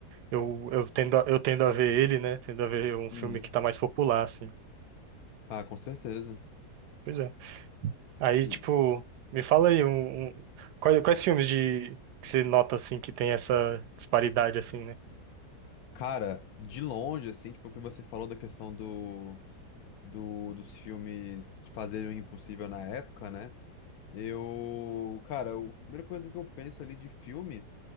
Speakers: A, on the right; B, on the left.
A: eu, eu tendo, a- eu tendo a ver ele, né? Tendo a ver um
B: Uhum.
A: filme que tá mais popular, assim.
B: Ah, com certeza.
A: Pois é. Aí,
B: E,
A: tipo, me fala aí um, um- quais, quais filmes de que você nota assim que tem essa disparidade assim, né?
B: cara, de longe, assim, tipo, o que você falou da questão do. do- dos filmes de Fazer o Impossível na época, né? Eu, cara, eu- a primeira coisa que eu penso ali de filme.